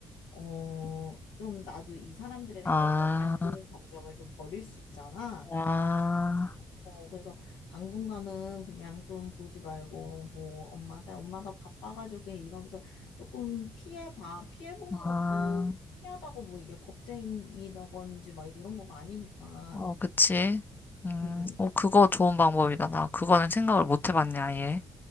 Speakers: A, on the left; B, on the left.
A: 어, 좀 나도 이 사람들에
B: 아,
A: 대해서 안 좋은 감정을 좀 버릴 수 있잖아.
B: 아,
A: 어, 그래서 당분간은 그냥 좀 보지 말고, 뭐, 엄마, 나, 엄마 나 바빠가지고 그냥 이러면서 조금 피해봐. 피해보는
B: 아.
A: 것도 피하다고 뭐 이게 겁쟁이다건지 막 이런 거가 아니니까.
B: 어, 그치. 음,
A: 음.
B: 어, 그거 좋은 방법이다. 나 그거는 생각을 못 해봤네, 아예.